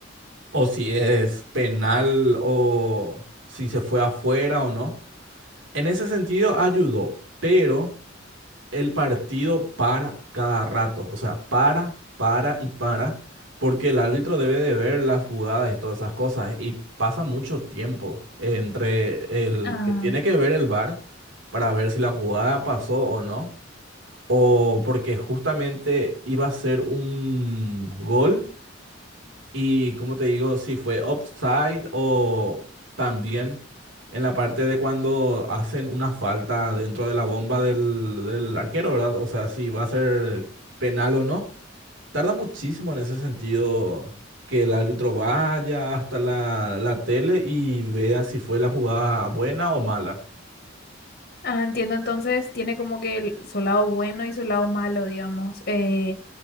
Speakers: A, on the right (about 75°); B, on the left (about 50°).
A: O si es penal o si se fue afuera o no. En ese sentido ayudó, pero el partido para cada rato, o sea, para, para y para, porque el árbitro debe de ver las jugadas y todas esas cosas, y pasa mucho tiempo entre el
B: Ah,
A: que tiene que ver el VAR para ver si la jugada pasó o no, o porque justamente iba a ser un gol y como te digo, si fue offside o también en la parte de cuando hacen una falta dentro de la bomba del, del arquero, ¿verdad? O sea, si va a ser penal o no. Tarda muchísimo en ese sentido que el árbitro vaya hasta la, la tele y vea si fue la jugada buena o mala.
B: Ah, entiendo, entonces tiene como que el- su lado bueno y su lado malo, digamos. Eh,